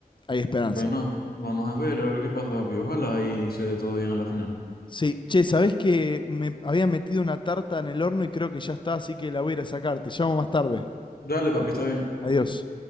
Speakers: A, on the left (about 30°); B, on the left (about 75°).
A: hay esperanza.
B: Bueno, vamos a ver, a ver qué pasa, papi. Ojalá y se dé todo bien a la final.
A: Sí, che, ¿sabés que me había metido una tarta en el horno y creo que ya está, así que la voy a ir a sacar. Te llamo más tarde.
B: Dale, papi, está bien.
A: Adiós.